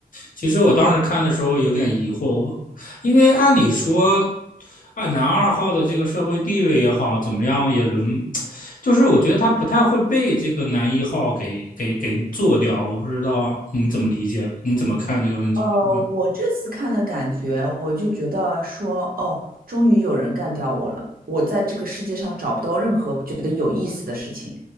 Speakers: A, on the left (about 60°); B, on the right (about 70°).
A: 其实我当时看的时候有点疑惑，因为按理说啊，按男二号的这个社会地位也好，怎么样也轮，就是我觉得他不太会被这个男一号给给给做掉，我不知道你怎么理解，你怎么看这个问题？
B: 呃，
A: 嗯，
B: 我这次看的感觉，我就觉得说，哦，终于有人干掉我了。我在这个世界上找不到任何觉得有意思的事情，